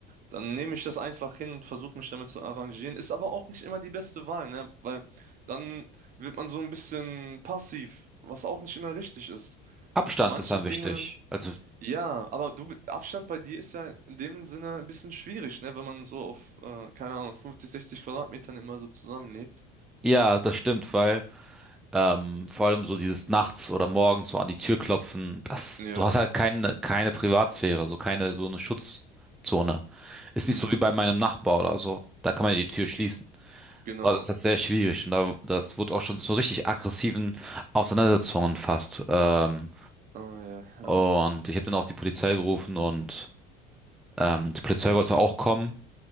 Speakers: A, on the right; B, in the centre.
A: Dann nehme ich das einfach hin und versuche mich damit zu arrangieren. Ist aber auch nicht immer die beste Wahl, ne? Weil dann wird man so ein bisschen passiv, was auch nicht immer richtig ist.
B: Abstand
A: Manches
B: ist dann wichtig.
A: Dinge.
B: Also
A: Ja, aber du, Abstand bei dir ist ja in dem Sinne ein bisschen schwierig, ne? Wenn man so auf, äh, keine Ahnung, 50, 60 Quadratmetern immer so zusammenlebt.
B: ja, das stimmt, weil ähm, vor allem so dieses nachts oder morgens so an die Tür klopfen, das,
A: Ja,
B: du hast halt keine keine Privatsphäre, so keine so eine Schutzzone. Ist nicht
A: mm,
B: so wie bei meinem Nachbar oder so. Da kann man ja die Tür schließen.
A: genau.
B: Aber das ist halt sehr schwierig und da, das wurde auch schon zu richtig aggressiven Auseinandersetzungen fast. Ähm,
A: Oh ja, ja.
B: und ich habe dann auch die Polizei gerufen und ähm, die Polizei wollte auch kommen.